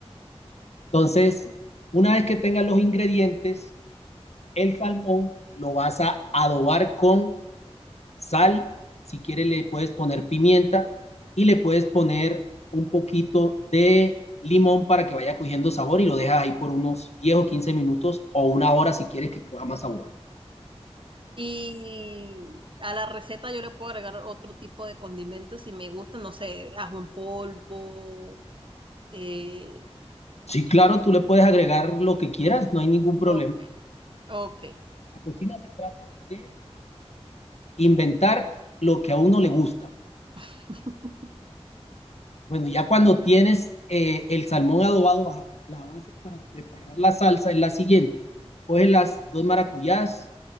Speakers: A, on the left; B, on the right.
A: Entonces, una vez que tengas los ingredientes, el salmón lo vas a adobar con sal, si quieres le puedes poner pimienta y le puedes poner un poquito de limón para que vaya cogiendo sabor y lo dejas ahí por unos 10 o 15 minutos o una hora si quieres que coja más sabor.
B: Y a la receta yo le puedo agregar otro tipo de condimentos si me gusta, no sé, ajo en polvo. eh,
A: Sí, claro, tú le puedes agregar lo que quieras, no hay ningún problema.
B: ok, ok.
A: La cocina se trata de inventar lo que a uno le gusta.
B: <laughs>
A: Bueno, ya cuando tienes eh, el salmón adobado, la base para preparar la salsa es la siguiente. Coges las dos maracuyás,